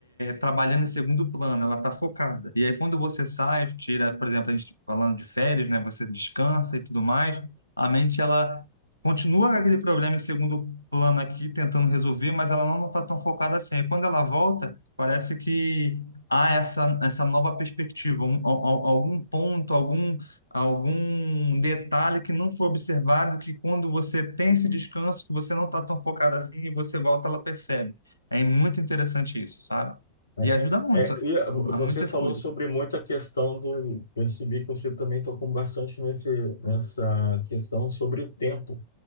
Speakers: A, on the right; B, on the left.
A: trabalhando em segundo plano, ela está focada. E aí quando você sai, tira, por exemplo, a gente falando de férias, né, você descansa e tudo mais, a mente ela Continua com aquele problema em segundo plano aqui, tentando resolver, mas ela não está tão focada assim. Aí quando ela volta, parece que há essa, essa nova perspectiva, um- al- al- algum ponto, algum, algum detalhe que não foi observado, que quando você tem esse descanso, que você não está tão focado assim, e você volta, ela percebe. É muito interessante isso, sabe?
B: né?
A: E ajuda muito
B: É,
A: assim,
B: e ah, vo-
A: a
B: você
A: muitas
B: falou
A: coisas.
B: sobre muita questão do. Percebi que você também tocou bastante nesse, nessa questão sobre o tempo.